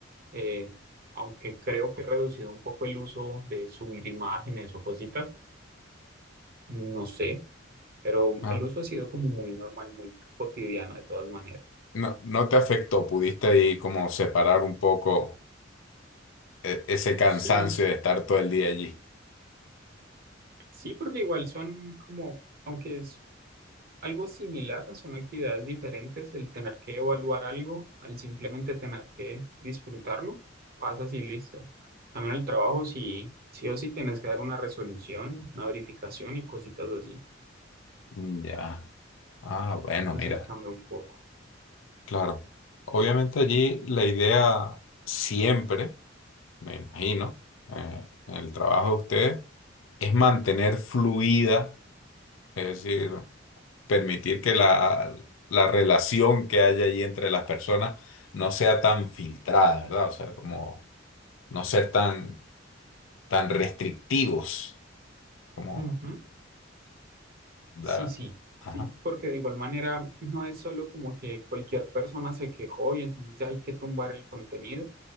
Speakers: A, on the right; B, on the left.
A: eh, aunque creo que he reducido un poco el uso de subir imágenes o cositas, no sé, pero
B: Ah,
A: el uso ha sido como muy normal, muy cotidiano de todas maneras.
B: No, no te afectó, pudiste ahí como separar un poco. e- ese cansancio
A: Sí,
B: de estar todo el día allí.
A: sí, porque igual son como, aunque es algo similar, son actividades diferentes, el tener que evaluar algo, al simplemente tener que disfrutarlo, pasas y listo. También el trabajo, si sí, sí o sí tienes que dar una resolución, una verificación y cositas así.
B: Mm, Ya. Ah, bueno,
A: Entonces
B: mira,
A: ahí cambia un poco.
B: claro. Obviamente allí la idea siempre, me imagino, eh, en el trabajo de ustedes, es mantener fluida, es decir, permitir que la, la relación que haya allí entre las personas no sea tan filtrada, ¿verdad? O sea, como no ser tan, tan restrictivos, como
A: Ujú.
B: dar...
A: Sí, sí,
B: Ajá,
A: sí, porque de igual manera no es solo como que cualquier persona se quejó y entonces ya hay que tumbar el contenido.